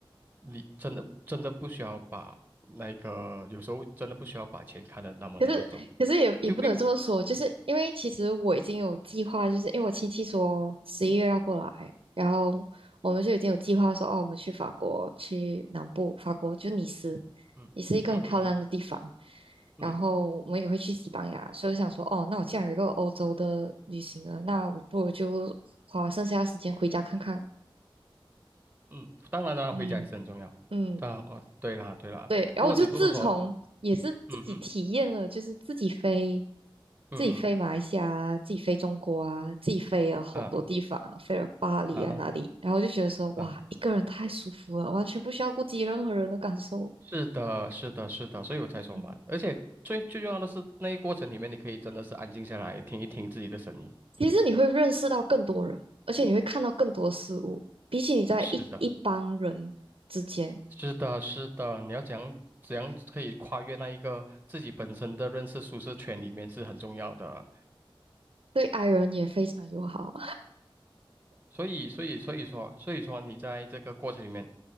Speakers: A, on the right (about 20°); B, on the right (about 80°).
A: 你真的真的不需要把那个，有时候真的不需要把钱看得那么那么重，
B: 可是，可是也也不能这么说，
A: 就比用，
B: 就是因为其实我已经有计划，就是因为我亲戚说十一月要过来，然后我们就已经有计划说，哦，我们去法国，去南部，法国就尼斯，
A: 嗯嗯嗯嗯嗯嗯。
B: 也是一个很漂亮的地方。然后我们也会去西班牙，
A: 嗯
B: 所以我想说，哦，那我既然有一个欧洲的旅行了，那我不如就花剩下的时间回家看看。
A: 嗯，当然了，
B: 嗯，
A: 回家也是很重要。
B: 嗯，
A: 对啊，哦，对啦，对啦。
B: 对，然后我就自从也是自己体验了，
A: 不过只不过说，嗯哼，
B: 就是自己飞，
A: 嗯嗯
B: 自己飞马来西亚啊自己飞中国啊，自己飞了好多地方，
A: 啊
B: 飞了巴黎啊哪里，
A: 啊
B: 然后就觉得说哇，
A: 啊，
B: 一个人太舒服了，完全不需要顾及任何人的感受。
A: 是的，是的，是的，所以我才说嘛。
B: 嗯
A: 而且最最重要的是，那一过程里面，你可以真的是安静下来，听一听自己的声音。
B: 其实你会认识到更多人，而且你会看到更多事物，比起你在一一帮人之间，
A: 是的，是的，是的。你要怎样怎样可以跨越那一个自己本身的认识舒适圈里面是很重要的。
B: 对 i 人也非常友好。
A: 所以，所以，所以说，所以说你在这个过程里面。